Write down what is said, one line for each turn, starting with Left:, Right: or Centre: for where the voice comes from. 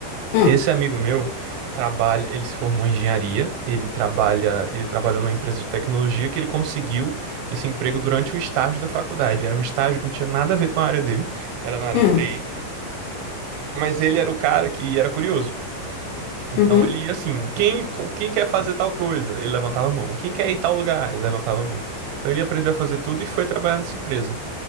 Left: Hum,
Right: Esse amigo meu trabalha, ele se formou em engenharia, ele trabalha, ele trabalhou numa empresa de tecnologia que ele conseguiu esse emprego durante um estágio da faculdade. Era um estágio que não tinha nada a ver com a área dele, era na área
Left: hum,
Right: de TI, mas ele era o cara que era curioso. Então
Left: uhum.
Right: ele ia assim, quem, quem quer fazer tal coisa? Ele levantava a mão. Quem quer ir tal lugar? Ele levantava a mão. Então ele aprendeu a fazer tudo e foi trabalhar nessa empresa.